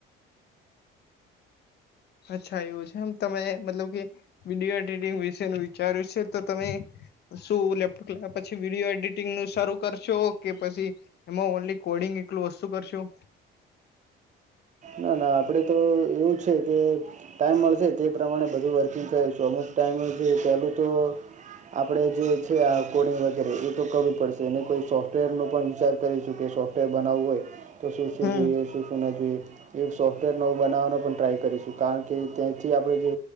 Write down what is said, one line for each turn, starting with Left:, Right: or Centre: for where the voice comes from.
Left: અચ્છા એવું છે, એમ તમે એ મતલબ કે વિડીઓ એડિટિંગ વિશેનું વિચાર્યું છે, તો તમે શું લેપટોપ લાયા પછી વિડીયો એડિટિંગ નું શરૂ કરશો કે પછી એમાં ઓનલી કોડિંગ એકલું વસ્તુ કરશો?
Right: ના ના આપડે તો એવું છે, કે ટાઈમ મળશે તે પ્રમાણે બધું વર્કિંગ કરશું અમુક ટાઈમે પેહેલું તો આપણે જે છે, આ કોડિંગ વગેરે એ તો કરવુ પડશે એને તો સોફ્ટવેરનો પણ વીચાર કરીશું કે સો ટે બનાવવું હોય તો શું શું
Left: હમ
Right: જોઈએ શું શું ના જોએ? એક સોફ્ટવેર નવું બનાવાનો પણ ટ્રાય કરીશું કારણ કે ત્યાંથી આપણે જે